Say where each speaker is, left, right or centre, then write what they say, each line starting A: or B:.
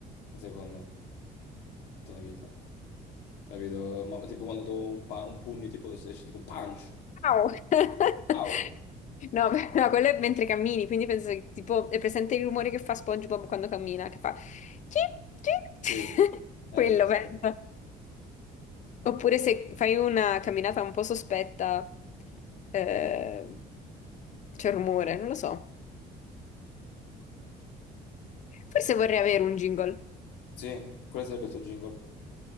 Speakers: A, on the left; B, on the left.
A: La seconda, tutta la vita, capito? Ma tipo quando do un, pa- un pugno, tipo, esce tipo punch.
B: Ciao! <laughs>
A: Au!
B: No, beh, no, quello è mentre cammini, quindi penso che tipo è presente il rumore che fa SpongeBob quando cammina, che fa chi, chi?
A: Sì.
B: <laughs>
A: Eh,
B: Quello
A: esatto.
B: penso. Oppure se fai una camminata un po' sospetta, eh, c'è rumore, non lo so. Forse vorrei avere un jingle.
A: Sì, quale sarebbe il tuo jingle?